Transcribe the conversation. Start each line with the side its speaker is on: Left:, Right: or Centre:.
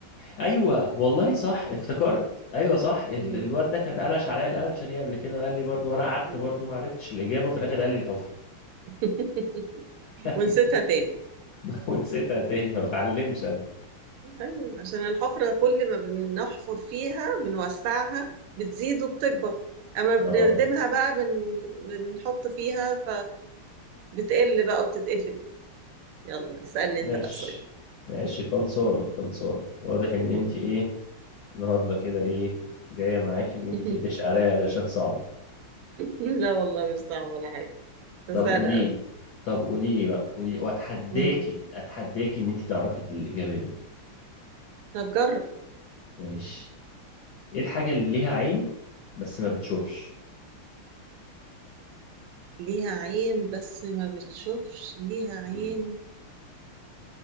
Left: ايوه والله صح افتكرت ايوه صح ال-
Right: مم.
Left: الواد ده كان قلش عليا القلشه دي قبل كده قال لي برضو وانا قعدت
Right: مم.
Left: برضو ما عرفتش الاجابه وفي الاخر قال لي الحفر
Right: <laughs>
Left: <laughs>
Right: ونسيتها تاني
Left: ونسيتها تاني ما اتعلمش انا
Right: أيوة عشان الحفرة كل ما بنحفر فيها بنوسعها بتزيد وبتكبر أما بنردمها
Left: اه
Right: بقى بن... بنحط فيها فبتقل بقى وبتتقفل يلا اسألني
Left: ماشي
Right: أنت بقى سؤال
Left: ماشي خلصانه خلصانه واضح ان
Right: مم.
Left: انت ايه النهارده كده ايه جايه معاكي ان انت
Right: <laughs>
Left: تقلش عليا قلاشات صعبه
Right: لا والله مش صعب ولا حاجة بس
Left: طب
Right: سهلة
Left: قولي
Right: أوي
Left: لي طب قولي لي بقى قولي واتحداكي
Right: مم.
Left: اتحداكي ان انت تعرفي الاجابه دي
Right: طب جرب
Left: ماشي ايه الحاجه اللي ليها عين بس ما بتشوفش
Right: ليها عين بس ما بتشوفش ليها عين
Left: امم